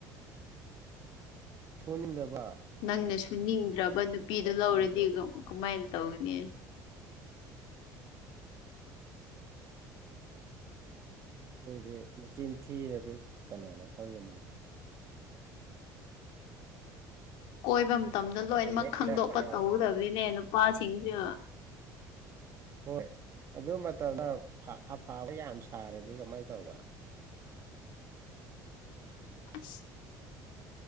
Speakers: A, on the right; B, on the left.
A: ꯁꯨꯡꯅꯤꯡꯗꯕ
B: ꯅꯪꯅ ꯁꯨ ꯅꯤꯡꯗ꯭ꯔꯕ ꯅꯨꯄꯤꯗꯣ ꯂꯧꯔꯗꯤ
A: ꯄꯨꯗꯕ
B: ꯀꯃꯥꯏꯅ ꯇꯧꯒꯅꯤ
A: ꯑꯗꯨꯗꯤ ꯃꯆꯤꯟ ꯊꯤꯔꯗꯤ ꯀꯅꯥꯅ ꯈꯪꯒꯅꯤ
B: ꯀꯣꯏꯕ ꯃꯇꯝꯗ ꯂꯣꯏꯅꯃꯛ
A: ꯂꯩꯔꯤꯉꯩꯗ
B: ꯈꯪꯗꯣꯛꯄ
A: ꯌꯥ
B: ꯇꯧꯗꯕꯤꯅꯦ ꯄꯥ ꯁꯤꯡꯁꯨ
A: ꯍꯣꯏ ꯑꯗꯨ ꯃꯇꯝꯗ ꯑꯐꯕ ꯌꯥꯝ ꯁꯥꯔꯗꯤ ꯀꯃꯥꯏꯅ ꯇꯧꯕ
B: ꯑꯁ